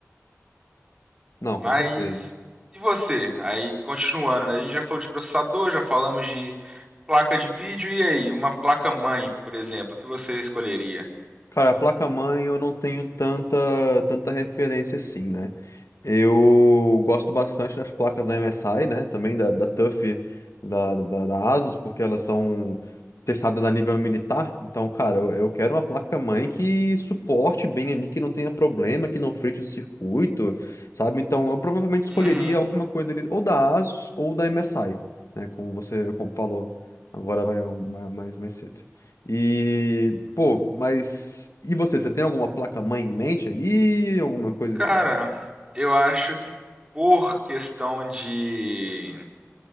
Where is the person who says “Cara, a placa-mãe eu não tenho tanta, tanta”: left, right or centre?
Left